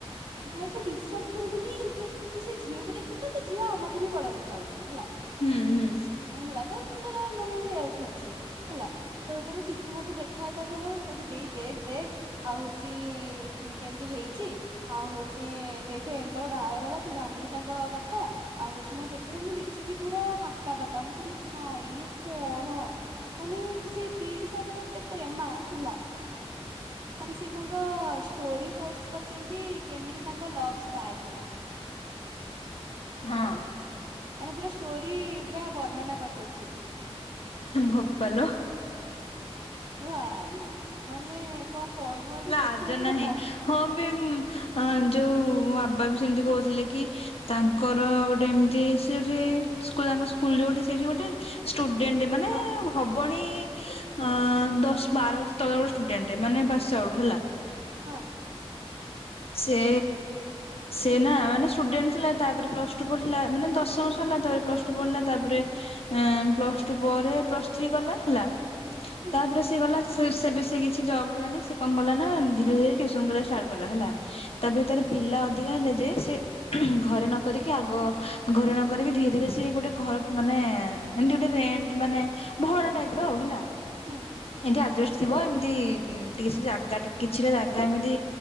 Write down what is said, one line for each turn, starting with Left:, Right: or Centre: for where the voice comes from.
Right: ଭାଇ ତୁ ବିଶ୍ଵାସ କରିବୁନି ଯେ ତୁ ସେ ଝିଅକୁ ଦେଖିବୁ ତ ସେ ଝିଅ ଆମଠୁ ବି ବଡ ଦେଖା ହାଉଉଚି ହେଲା
Left: ହୁଁ ହୁଁ।
Right: ହେଲା ତ ସୁନ୍ଦର ମାନେ ହେଲଥ ଅଛି ହେଲା ତ ହୋଉଚି ଆମ ସୀତୁ ମତେ ଦେଖା ହେଇତା ସବୁବେଳେ କହୁଚି ଦେଇ ଦେଖ ଦେଖ ଆଉ ହଉଚି କେମିତି ହେଇଚି ଆଉ ହଉଚି ଦେଖେ ୟାଙ୍କର ବାହାଘର ହେଲା ତୁ ଜାଣିନୁ ତାଙ୍କ କଥା ଆଉ ହଉଚି ମୋ ଦେଖିଲା ମୁଁ ଦେଖିକି ପୁରା ଆକା ବାକା ମୁଁ କହିଲି ଭାଇ ଇଏ କଣ? ମାନେ ସେ ପିଟି ସାରେ ପୁରା ଏତେ ପ୍ରେମା ହେଲା ମାନେ ସେ ତାଙ୍କ ଷ୍ଟୋରି ପୋଷ୍ଟ କରିଚନ୍ତି କେମିତି ତାଙ୍କ ଲଭ ଷ୍ଟାର୍ଟ ହେଲା
Left: ହଁ।
Right: ମାନେ ପୁରା ଷ୍ଟୋରି ପୁରା ବର୍ଣ୍ଣନା କରିଚନ୍ତି ସେଇଠି।
Left: ବୋପଲୋ
Right: ଭାଇ ମାନେ କଣ କହିବୁ ମାନେ ତୁ
Left: ଲାଜ
Right: ଦେଖି ମାନେ ତୁ
Left: ନାହିଁ
Right: ତ ହ
Left: ହଁ ବେ ମଁ ଆଁ ଯୋଉ ମୋ ବାବା ବି ସେମିତି କହୁଥିଲେ କି? ତାଙ୍କର ଗୋଟେ ଏମିତି ସେ ଯୋଉଠି ସ୍କୁଲ ତାଙ୍କ ସ୍କୁଲ ଯୋଉଠି ସେଇଠି ଗୋଟେ ଷ୍ଟୁଡେଣ୍ଟ ମାନ
Right: ହଁ।
Left: କୁ ହବଣି ଅଁ ଦଶ ବାର ବର୍ଷ ତଳେ ଗୋଟେ ଷ୍ଟୁଡେଣ୍ଟଟେ ମାନେ ପାସଆଉଟ୍ ହେଲା
Right: ହଁ।
Left: ସେ ସେ ନା ମାନେ ଷ୍ଟୁଡେଣ୍ଟ ଥିଲା ତାପରେ ପ୍ଲସ ଟୁ ପଢ଼ିଲା ମାନେ ଦଶମ ସରିଲା ତା ପରେ ପ୍ଲସ ଟୁ ପଢ଼ିଲା ତା ପରେ ଅଁ ପ୍ଲସ ଟୁ ପରେ ପ୍ଲସ ଥ୍ରୀ ଗଲା ହେଲା
Right: ହୁଁ
Left: ତାପରେ ସିଏ ଗଲା ଶର ସିଏ ବି କିଛି ଜବ୍ କଲାନି ସି କଣ କଲା ନା ଧୀରେ ଧୀରେ ଟିଉସନ୍ କରିବା ଷ୍ଟାର୍ଟ କଲା ହେଲା ତାପରେ ତାର ପିଲା ଅଧିକା ହେଲା ଯେ ସେ ଘରେ ନ କରିକି ଆଗ ଘରେ ନ କରିକି ଧୀରେ ଧୀରେ ସିଏ ଗୋଟେ ଘର କି ମାନେ ଏମତି ଗୋଟେ ରେଣ୍ଟ ମାନେ ଭଡା ଟାଇପ ର ଆଉ ହେଲା
Right: ହୁଁ
Left: ଏମତି ଆଡଜଷ୍ଟ ଥିବ ଏମିତି ଉଁ ଟି କିଛି ଜାଗା ଟି କିଛିଟା ଜାଗା ଏମିତି